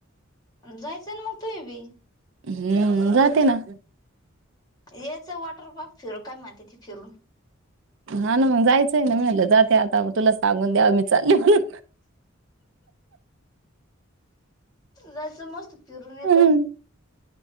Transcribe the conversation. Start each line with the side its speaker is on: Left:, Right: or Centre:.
Left: जायचं ना मग तुम्ही बी
Right: हम्म जाते ना
Left: ये च वॉटर पार्क फिरु काय म्हणत्याती फिरून
Right: हा ना मग जायचंय ना मी म्हणलं जाते आता म तुला सांगून द्याव मी चालले म्हणून
Left: जायच मस्त फिरून येत
Right: हम्म